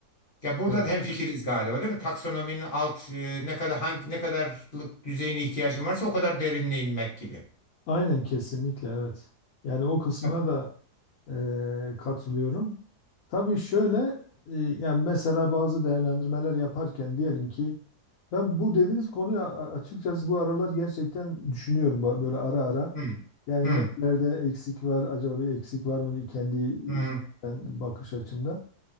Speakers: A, on the left; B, on the left.
A: Ya burada
B: Evet.
A: da hemfikiriz galiba değil mi? Taksonominin alt e, ne kadar hangi ne kadarlık düzeyine ihtiyacım varsa o kadar derinliğe inmek gibi.
B: Aynen kesinlikle evet. Yani o kısmına
A: Ya-
B: da e, katılıyorum. Tabii şöyle e, yani mesela bazı değerlendirmeler yaparken diyelim ki ben bu dediğiniz konuyu a- a- açıkçası bu aralar gerçekten düşünüyorum ba- böyle ara ara.
A: Hı,
B: Yani
A: hı,
B: nerede eksik var acaba bir eksik var mı diye kendi
A: hı,
B: ben bakış açımda.